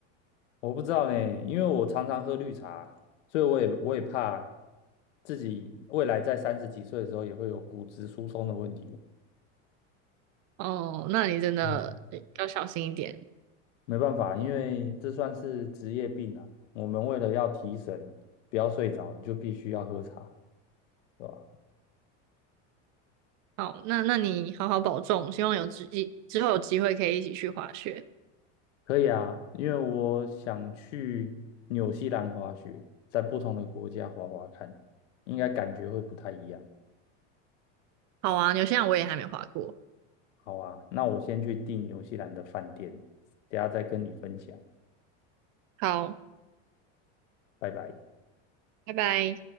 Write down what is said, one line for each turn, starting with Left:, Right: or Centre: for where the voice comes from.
Left: 我不知道呢，因为我常常喝绿茶，所以我也我也怕自己未来在三十几岁的时候也会有骨质疏松的问题。
Right: 哦，那你真的诶要小心一点。
Left: 嗯，没办法，因为这算是职业病啊。我们为了要提神，不要睡着，就必须要喝茶，对吧？
Right: 好，那那你好好保重，希望有之之后有机会可以一起去滑雪。
Left: 可以啊，因为我想去纽西兰滑雪，在不同的国家滑滑看，应该感觉会不太一样。
Right: 好啊，纽西兰我也还没滑过。
Left: 好啊，那我先去订纽西兰的饭店，等下再跟你分享，
Right: 好，
Left: 拜拜。
Right: 拜拜。